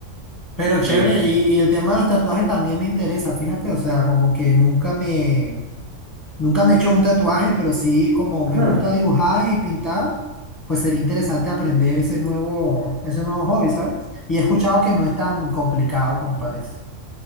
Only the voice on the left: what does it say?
Pero
chévere,
y, y el tema de los tatuajes también me interesa, fíjate, o sea, como que nunca me, nunca me he hecho un tatuaje, pero sí como me
gusta dibujar y pintar, pues sería interesante aprender ese nuevo, ese nuevo hobby, ¿sabes? Y he escuchado que no es tan complicado como parece.